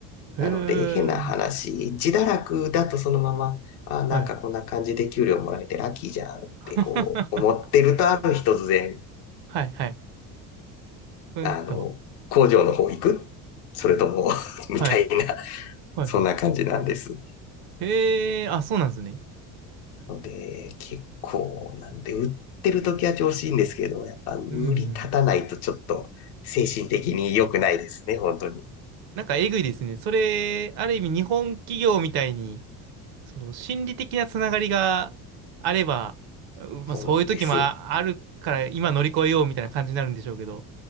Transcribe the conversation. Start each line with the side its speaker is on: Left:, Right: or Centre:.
Left: なので、
Right: へえ、
Left: 変な話、自堕落だとそのまま、あ、
Right: はい。
Left: なんかこんな感じで給料もらえてラッキーじゃんってこう思ってると、
Right: <laughs>
Left: ある日突然、
Right: はい、はい。うんと。
Left: あの、工場の方行くそれとも <laughs> みたいな、
Right: はい、
Left: <laughs>
Right: はい、
Left: そんな感じなんです。
Right: はい。へえ、あ、そうなんですね。
Left: なので、結構、なので、売ってる時は調子いいんですけれども、やっぱ売り立たないとちょっと精神的に良くないですね、
Right: うんうん。
Left: 本当に。
Right: なんかえぐいですね。それ、ある意味日本企業みたいに、その心理的なつながりがあれば、うまあ、
Left: そうなんです。
Right: そういう時もああるから今乗り越えようみたいな感じになるんでしょうけど、